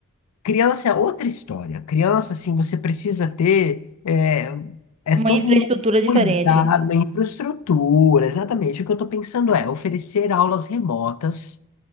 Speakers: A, on the left; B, on the right.
A: criança é outra história. Criança, assim, você precisa ter é, é
B: Uma
A: todo
B: infraestrutura
A: um
B: diferente.
A: cuidado, uma infraestrutura. Exatamente. O que eu estou pensando é oferecer aulas remotas